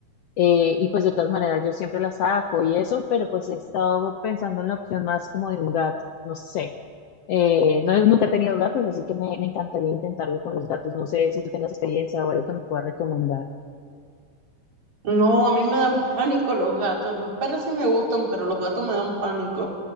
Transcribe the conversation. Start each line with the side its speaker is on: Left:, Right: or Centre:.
Left: Eh, y pues de todas maneras yo siempre la saco y eso, pero pues he estado pensando en la opción más como de un gato, no sé. Eh, no, he- nunca he tenido gatos, así que me, me encantaría intentarlo con los gatos. No sé si tú tengas experiencia o algo que me puedas recomendar.
Right: No, a mí me dan <laughs> pánico los gatos. Los perros sí me gustan, pero los gatos me dan pánico.